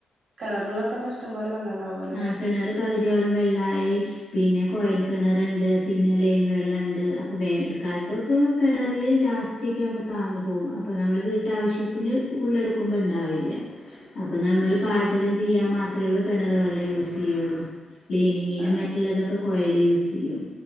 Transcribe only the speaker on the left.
ആ
കിണറ് പകുതിയോളം വെള്ളായി പിന്നെ കോയൽ കണറ്ണ്ട് പിന്നെ ലൈൻ വെള്ള ണ്ട് അപ്പൊ വേനൽക്കാലത്തൊക്കെ കിണറില് ലാസ് റ്റൊക്കാവുമ്പോ താന്ന് പോവും അപ്പോ നമ്മള് വീട്ടാശ്യത്തിന് ഉള്ളെട് ക്കുംമ്പണ്ടാവേല അപ്പോ നമ്മള് പാചകം ചെയ്യാൻ മാത്രേള്ളൂ കെണ റ് വെള്ളം യൂസെയ്യൊള്ളു ക്ലീനിങ്ങിനും
മറ്റുള്ളതൊക്കെ കോയല് യൂസെയ്യും.